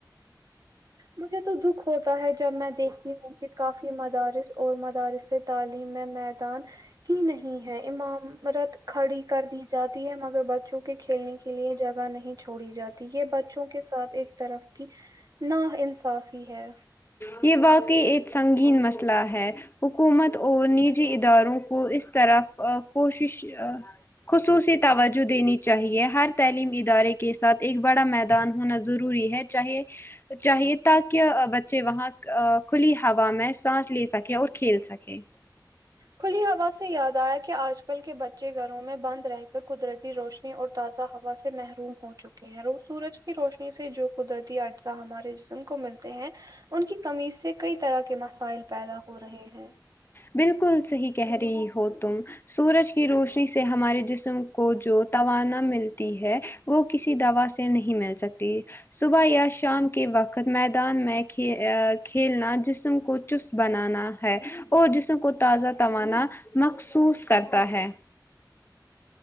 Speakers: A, on the right; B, on the left.
A: مجھے تو دکھ ہوتا ہے جب میں دیکھتی ہوں کہ کافی مدارس اور مدارس س تعلیم میں متھ کی نہیں ہے امامرت کھڑی کر دی جاتی ہے مگر بچ چوں کے کھیلنے کے لیے جگہ نہیں چھوڑی جاتی ہے یہ بچوں کے ساتھ ایک طرف کی نہ انصافی ہے
B: یہ واقعی ایک سنگین مسئلہ ہے حکومت اور نجی اداروں کو اس طرح کوشش خصوصی توجہ دینی چاہیے ہر تعلیمی ادارے کے ساتھ ایک بڑا میدان ہونا ضروری ہے چاہے چاہیے تا کہ بچے وہاں کھلی ہوا میں سانس لے سکیں اور کھیل سکیں
A: کھلی ہوا سے یاد آیا کہ آج کل کے بچے گھروں میں بند رہ کر قدرتی روشنی اور تازہ ہوا سے محروم ہو چک اور وہ سورج کی روشنی سے جو قدرتی اجزا ہمارے جسم کو ملتے ہیں ان کی کمی سے کئی طرح کے مسائل پیدا ہو رہے ہیں
B: بالکل صحیح کہہ رہی ہو تم سورج کی روشنی سے ہمارے جسم کو جو توانا ملتی ہے وہ کسی دوا سے نہیں مل سکتی صبح یا شام کے وقت میدان میں کھیلنا جسم کو چست بنانا ہے اور جسم کو تازہ توانا مخصوص کرتا ہے